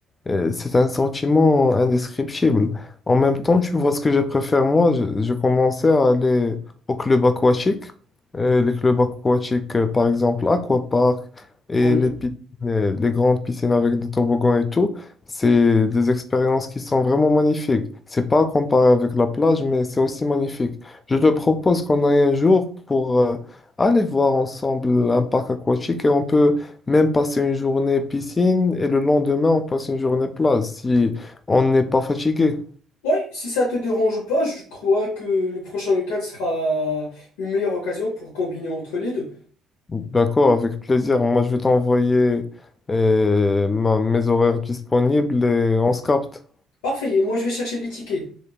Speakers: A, on the left; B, on the left.
A: Euh, C'est un sentiment indescriptible. En même temps, tu vois ce que je préfère, moi, je, je commençais à aller au club aquatique. Euh, les clubs aquatiques, euh, par exemple, Aquapark et
B: Oui.
A: les, piscines, euh, les grandes piscines avec des toboggans et tout, c'est des expériences qui sont vraiment magnifiques. C'est pas comparé avec la plage, mais c'est aussi magnifique. Je te propose qu'on aille un jour pour euh, aller voir ensemble un parc aquatique et on peut même passer une journée piscine et le lendemain, on passe une journée plage si on n'est pas fatigué.
B: Oui, si ça te dérange pas, je crois que le prochain week-end sera une meilleure occasion pour combiner entre les deux.
A: D'accord, avec plaisir. Moi, je vais t'envoyer euh, ma- mes horaires disponibles et on se capte.
B: Parfait, et moi je vais chercher les tickets.